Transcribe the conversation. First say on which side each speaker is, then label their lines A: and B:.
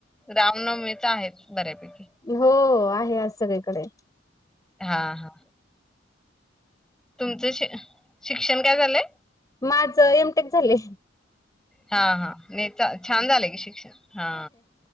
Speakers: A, in the centre; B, on the left.
A: रामनवमीच आहे बऱ्यापैकी.
B: हो आहे आज सगळीकडे.
A: हा हा. तुमचं श शिक्षण काय झालंय.
B: माझं एमटेक झालेय.
A: हा हा. नाही चा छान झालंय की शिक्षण हा